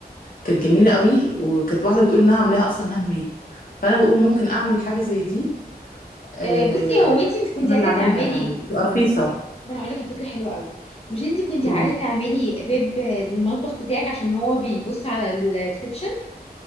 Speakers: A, on the left; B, on the left.
A: كانت جميله قوي وكانت واحده بتقول انها عاملاها اصلا هاند ميد فانا بقول ممكن اعمل حاجه زي دي آه،
B: آه، بصي هو انت مش كنت
A: انا
B: عايزه
A: اللي اعملها
B: تعملي
A: يعني تبقى رخيصه
B: طب انا هقول لك على فكره حلوه قوي مش انت كنت
A: قولي
B: عايزه تعملي باب آه، للمطبخ بتاعك عشان هو بيبص على الريسبشن